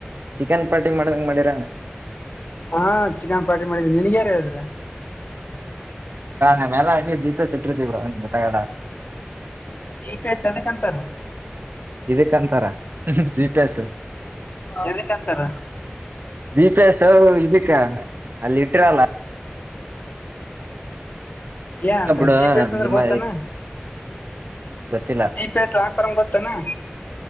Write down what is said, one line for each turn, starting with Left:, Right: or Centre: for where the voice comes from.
Right: ಚಿಕನ್ ಪಾರ್ಟಿ ಮಾಡ್ದಂಗ ಮಾಡಿರ
Left: ಹಾ ಚಿಕನ್ ಪಾರ್ಟಿ ಮಾಡಿದ್ದೀನಿ ನಿನ್ಗ್ ಯಾರು ಹೇಳಿದ್ರ <inaudible>
Right: ಆ ಮೇಲೆ ಇನ್ನ ಜಿ ಪಿ ಎಸ್ ಇಟ್ಟಿರ್ತೀವ್ರ ಗೊತ್ತಾಗಲ್ಲ
Left: ಜಿ ಪಿ ಎಸ್ ಎದಕ್ಕಂತಾರ
Right: ಇದಕ್ಕಂತಾರ ಜಿ ಪಿ ಎಸ್
Left: ಎದಕ್ಕಂತಾರ
Right: ಜಿಪಿಎಸ್ ಇದಕ್ಕ ಅಲ್ಲಿ ಇಟ್ಟ್ರಲ್ಲ
Left: ಏ ಅಂತ
Right: ಬಿಡು
Left: ಜಿ ಪಿ ಎಸ್ ಅಂದ್ರೆ
Right: ನಿಮ್ಮ
Left: ಗೊತ್ತಾನ
Right: ಗೊತ್ತಿಲ್ಲ
Left: ಜಿ ಪಿಸ್ ಲಾಂಗ್ ಫಾರ್ಮ್ ಗೊತ್ತೇನು